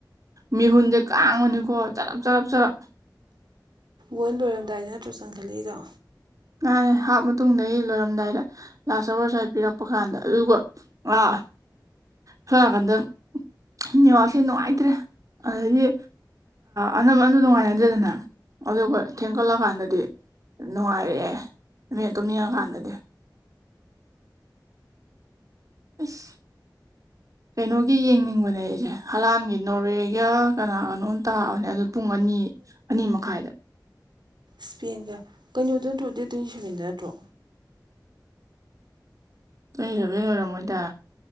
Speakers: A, on the right; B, on the right.
A: ꯃꯤꯍꯨꯟꯁꯦ ꯀꯥꯡꯕꯅꯤꯀꯣ ꯆꯔꯞ ꯆꯔꯞ ꯆꯔꯞ
B: ꯒꯣꯜ ꯂꯣꯏꯔꯝꯗꯥꯏꯗ ꯅꯠꯇ꯭ꯔꯣ ꯆꯪꯈꯠꯂꯛꯏꯗꯣ
A: ꯃꯥꯅꯦ ꯍꯥꯞꯄ ꯃꯇꯨꯡꯗꯒꯤ ꯂꯣꯏꯔꯝꯗꯥꯏꯗ ꯂꯥꯁ ꯑꯋꯥꯔ ꯁꯋꯥꯏ ꯄꯤꯔꯛꯄ ꯀꯥꯟꯗ ꯑꯗꯨꯒ ꯑꯥ ꯁꯣꯝꯅꯥꯀꯟꯗ ꯅꯦꯋꯥꯛꯁꯦ ꯅꯨꯡꯉꯥꯏꯇ꯭ꯔꯦ ꯑꯗꯩꯒꯤ ꯑꯅꯝꯕꯅ ꯑꯝꯇ ꯅꯨꯡꯉꯥꯏꯅꯗ꯭ꯔꯦꯗꯅ ꯑꯗꯨꯒ ꯊꯦꯡꯒꯠꯂꯛꯑꯀꯥꯟꯗꯗꯤ ꯅꯨꯡꯉꯥꯏꯔꯛꯑꯦ ꯃꯤꯅ ꯇꯨꯝꯅꯤꯡꯉꯛꯑꯀꯥꯟꯗꯗꯤ ꯏꯁ ꯀꯩꯅꯣꯒꯤ ꯌꯦꯡꯅꯤꯡꯕꯅꯦ ꯑꯩꯁꯦ ꯍꯂꯥꯟꯒꯤ ꯅꯣꯔꯋꯦꯒ ꯀꯅꯥꯒꯅꯣꯝ ꯇꯥꯕꯅꯦ ꯑꯗꯨ ꯄꯨꯡ ꯑꯅꯤ ꯑꯅꯤ ꯃꯈꯥꯏꯗ
B: ꯁ꯭ꯄꯦꯟꯒ ꯀꯩꯅꯣꯗꯨ ꯅꯠꯇ꯭ꯔꯣ ꯗꯦꯠ ꯇꯣꯟꯇꯤ ꯁꯕꯦꯟꯗ ꯅꯠꯇ꯭ꯔꯣ
A: ꯇꯣꯟꯇꯤ ꯁꯕꯦꯟ ꯑꯣꯏꯔꯝꯃꯣꯏꯗ